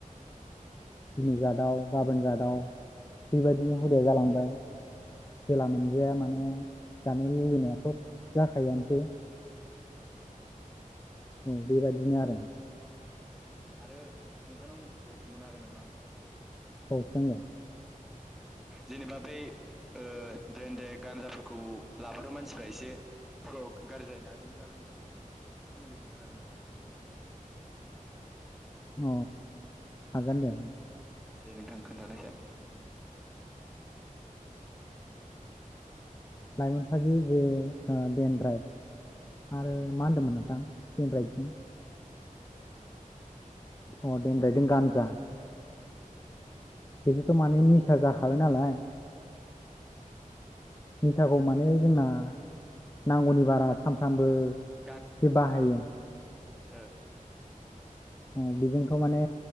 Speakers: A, in the centre; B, on the left.
A: ओ ओ।
B: दिनै जादाव गाबोन जादाव बेबायदिनो
A: ओ
B: हुदाया जालांबाय। जेला
A: ओ
B: मोनजाया माने जानो लुबैनायाथ' जाखायोआनोसै।
A: औ।
B: औ बेबायदिनो आरो।
A: आरो नोंथांनाव मोनसे कुइसन सोंबावनो हागोन नामा आङो?
B: औ सों दे।
A: जेनेबा बै ओ द्रेेन देड गान्जाफोरखौ लाबाथ मानसिफ्रा एसे खर गाज्रि जायोना बिनि बागै एसे सोमोन्दै खिन्थानो हागोन नामा नोंथाङा?
B: अ हागोन दे
A: दे नोंथां खोन्थानायसै।
B: लाइमोनफ्राबो जे दे्नद्राइ आरो
A: ओ
B: मा होनदोंमोन नोंथां द्रेन द्राइडजों अ द्रेन द्राइडजों गानजा। बिदिथ' माने निसा जाखाबाय नालाय। निसाखौ माने जोंना नांगौनि बारा सानफ्रामबो
A: गा
B: जे बाहायो।
A: ओ
B: <inaudible> बेजोंथ' माने